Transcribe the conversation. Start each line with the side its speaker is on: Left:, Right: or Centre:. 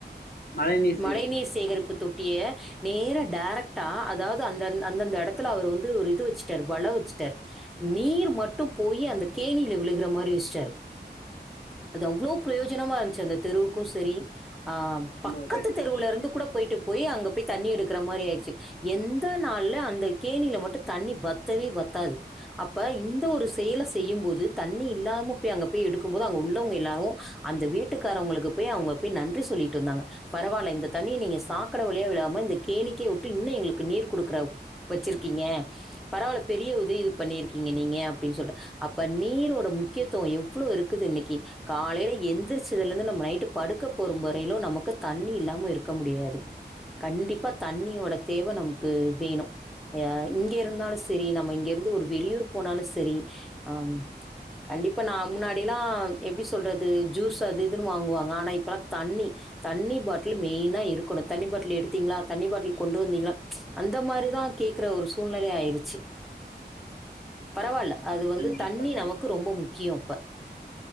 Left: மழைநீர் சேகரிப்பு
Centre: மழை நீீர்
Left: தொட்டி
Centre: சேகரிப்பு தொட்டிய நேரா டேரக்ட்டா அதாவது அந்த அந்தந்த எடத்துல அவர் வந்து ஒரு இது வச்சுட்டாரு வள வச்சுட்டாரு நீர் மட்டும் போயி அந்த கேணில விழுகற மாறி வச்ட்டாரு அது அவ்ளோ பிரயோஜனமா
Left: கண்-
Centre: இருந்ச்சு அந்த தெருவுக்கு சரி ஆம்
Left: ரொம்ப
Centre: பக்கத்து
Left: உதவிக்கரமா
Centre: தெருவுல இருந்து கூட போய்ட்டு போய் அங்க போய் தண்ணி எடுக்கற மாறி ஆய்ருச்சு எந்த நாள்ல அந்த கேணில மட்டு தண்ணி வத்தவே வத்தாது அப்ப இந்த ஒரு செயல செய்யும் போது தண்ணி இல்லாம போயி அங்க போயி எடுக்கும் போது அங்க உள்ளவங்க எல்லாரு அந்த வீட்டுக்காரவங்களுக்கு போயி அவுங்க போய் நன்றி சொல்லிட்டு வந்தாங்க பரவால்ல இந்த தண்ணிய நீங்க சாக்கடை வழியா விழாம இந்த கேணிக்கே விட்டு இன்னு எங்களுக்கு நீர் குடுக்குற வச்சிருக்கீங்க பரவால்ல பெரிய உதவி இது பண்ணியிருக்கீங்க நீங்க அப்டின்னு சொல்ட்டு அப்ப நீரோட முக்கியத்துவ எவ்ளோ இருக்குது இன்னைக்கி காலைல எந்திரிச்சதுல இருந்து நம்ம நைட்டு படுக்கப் பொறும் வரையிலு நமக்கு தண்ணி இல்லாம இருக்க முடியாது கண்டிப்பா தண்ணியோட தேவை நமக்கு வேணு யா இங்க இருந்தாலு செரி நம்ம இங்க இருந்து ஒரு வெளியூர் போனாலு செரி அ கண்டிப்பா நா முன்னாடில்லா எப்டி சொல்றது ஜூஸ் அது இதுன்னு வாங்குவாங்க ஆனா இப்பல்லாத் தண்ணி தண்ணி பாட்டில் மெயினா இருக்கணு தண்ணி பாட்டில் எடுத்தீங்ளா தண்ணி பாட்டில் கொண்டு வந்தீங்ளா அந்த மாறி தா கேக்குற ஒரு சூழ்நிலை ஆயிருச்சு பரவால்ல அது வந்து
Left: கண்டிப்பா
Centre: தண்ணி
Left: தோழி
Centre: நமக்கு ரொம்ப முக்கியம் இப்ப